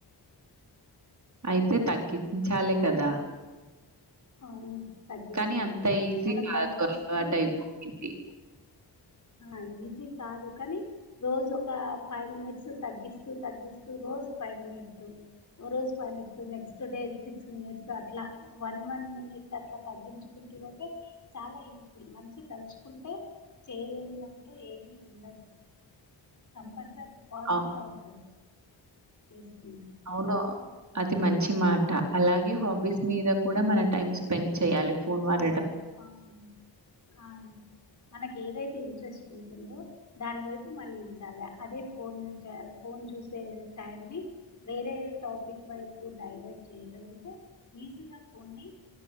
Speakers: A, on the right; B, on the left.
A: అయితే తగ్గించాలి కదా
B: అవును తగ్గించాలి
A: కానీ అంత ఈజీ
B: మనం
A: కాదు
B: తగ్గిస్తూ
A: అలవాటయిపోయింది.
B: ఆ ఈజీ కాదు కానీ రోజు ఒక ఫైవ్ మినిట్స్ తగ్గిస్తూ తగ్గిస్తూ రోజు ఫైవ్ మినిట్స్ ఓ రోజు five minute next day six minutes అట్లా వన్ వన్ మినిట్ అట్లా తగ్గించుకు పోతే చాలా ఈజీ మనిషి తలుచుకుంటే చేయలేనిదంటూ ఏమీ ఉండదు కంపల్సరీ పాసిబుల్
A: అవ్
B: అవుతది <unintelligible>
A: అవును అది మంచి మాట అలాగే హాబీస్ మీద కూడా మన టైం స్పెండ్ చేయాలి ఫోన్ వాల
B: ఆవు ఆ మనకి ఏదైతే ఇంట్రెస్ట్ ఉంటుందో దాని వైపు మళ్ళించాలి అదే ఫోన్ ఫోన్ చూసే టై వేరే టాపిక్ వైపు డైవర్ట్ చేయగలిగితే ఈజీగా ఫోన్ ని